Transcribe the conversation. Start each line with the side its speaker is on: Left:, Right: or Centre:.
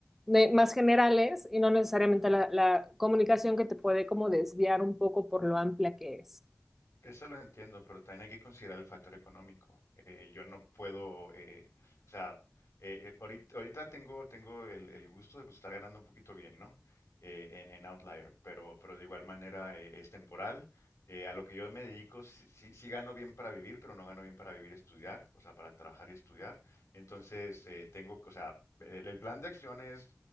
Centre: de- más generales y no necesariamente la, la comunicación que te puede como desviar un poco por lo amplia que es.
Left: Eso lo entiendo, pero también hay que considerar el factor económico. Eh, yo no puedo, eh, o sea, eh, eh, ahorita, ahorita tengo, tengo el, el gusto de pues, estar ganando un poquito bien, ¿no? Eh, en, en Outlier, pero, pero de igual manera eh, es temporal. Eh, a lo que yo me dedico, sí, sí- sí gano bien para vivir, pero no gano bien para vivir y estudiar, o sea, para trabajar y estudiar. Entonces, eh, tengo, que- o sea, el, el plan de acción es